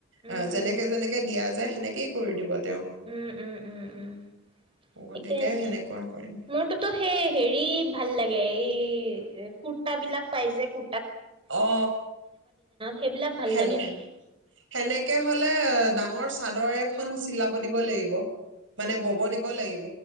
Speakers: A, on the right; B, on the right.
A: উম,
B: অ
A: উম,
B: যেনেকে যেনেকে দিয়া যায় সেনেকে কি কৰি দিব তেওঁ
A: উম উম উম উম
B: গতিকে
A: ঠিকে আছে
B: সেনেকুৱা কৰিম।
A: মোৰটোতো সেই হেৰি ভাল লাগে এই কুুৰ্তাবিলাক পাইছে কু
B: অ
A: সেইবিলাক ভাল
B: সেন
A: লাগে মানে।
B: সেনেকে হ'লে ডাঙৰ চাদৰ এখন চিলাব দিব লাগিব মানে বব দিব লাগিব